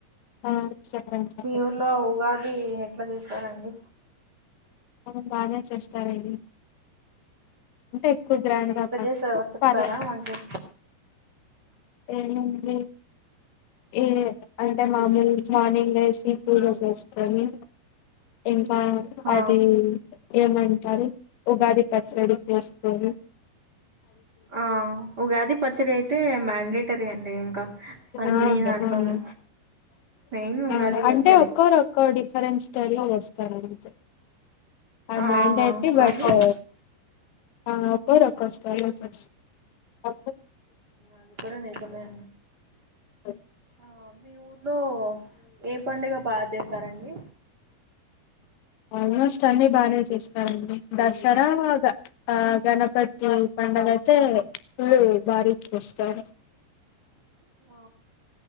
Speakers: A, on the left; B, on the right.
A: ఆ చెప్పండి చెప్పండి
B: మీ ఊర్లో ఉగాది ఎట్లా చేస్తారండి
A: మ బాగా చేస్తారు ఇది ఎక్కువ
B: అంటే
A: గ్రాండ్ గా
B: ఎలా
A: కాకుండా
B: చేసా చెప్తారా
A: పర్లే
B: మకి
A: ఏమండి ఏ అంటే మామూలు మార్నింగ్ పూజ చేసుకొని ఇంకా
B: ఆ
A: అది ఏమంటారు ఉగాది పచ్చడి చేసుకోని
B: ఆ ఉగాది పచ్చడి అయితే మ్యాండేటరి అంటే ఇంకా అన్ని
A: ఆ అవును
B: దాంట్లోనూ మెయిన్ ఉగాది
A: ఆ,
B: పచ్చడి
A: అంటే ఒక్కోరు ఒక్కో డిఫరెంట్ స్టైల్లో లో వస్తారంతే అది
B: ఆ
A: మ్యాన్డేటరీ
B: కానీ
A: బట్టు <unintelligible> అ
B: అది కూడా నిజమే
A: అ
B: ఆ మీ ఊర్లో ఏ పడుగ బాగ చేస్తారండి
A: ఆల్మోస్ట్ అన్ని బాగానే చేస్తారండి దసరా ఆ గణపతి పండగ అయితే పుళు భారీ చేస్తరు
B: అ ఆ